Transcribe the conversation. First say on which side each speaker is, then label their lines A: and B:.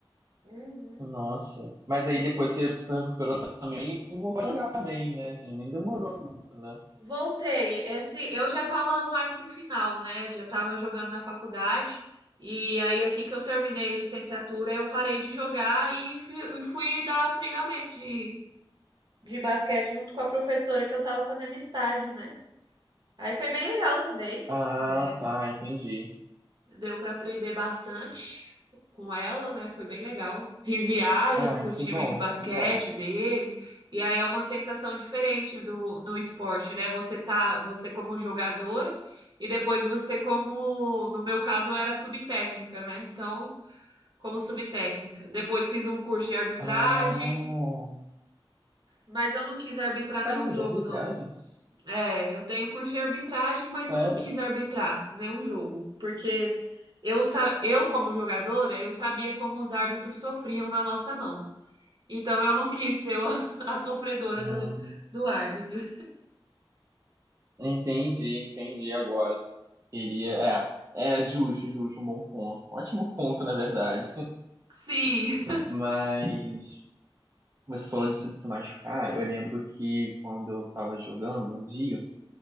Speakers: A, on the right; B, on the right.
A: Uhum.
B: Nossa. Mas aí depois você recuperou também e vou jogar bem, né? Assim, nem demorou muito, né?
A: Voltei. Esse, eu já tava mais pro final, né? Já tava jogando na faculdade. E aí, assim que eu terminei a licenciatura, eu parei de jogar e fui, e fui dar treinamento de, de basquete junto com a professora que eu tava fazendo estágio, né? Aí foi bem legal também.
B: Ah,
A: É,
B: tá, entendi.
A: Deu para aprender bastante com ela, né? Foi bem legal. Fiz viagens
B: Ah,
A: com o time
B: que bom,
A: de basquete
B: que bom.
A: deles, e aí é uma sensação diferente do no esporte, né? Você tá, você como jogadora e depois você como, no meu caso, eu era subtécnica, né? Então, como subtécnica. Depois fiz um curso de arbitragem,
B: Ah,
A: mas eu não quis arbitrar
B: caramba,
A: nenhum jogo,
B: de arbitragem?
A: não. É, eu tenho curso de arbitragem, mas
B: Sério?
A: eu não quis arbitrar nenhum jogo, porque eu, sa- eu como jogadora, eu sabia como os árbitros sofriam na nossa mão. Então eu não quis ser o- <laughs> a sofredora
B: Hum,
A: do, do árbitro.
B: entendi, entendi agora. Iria, é, é é justo, justo, um bom ponto. Um ótimo ponto, na verdade.
A: Sim.
B: Mas você falou disso de se machucar. Eu lembro que quando eu tava jogando um dia,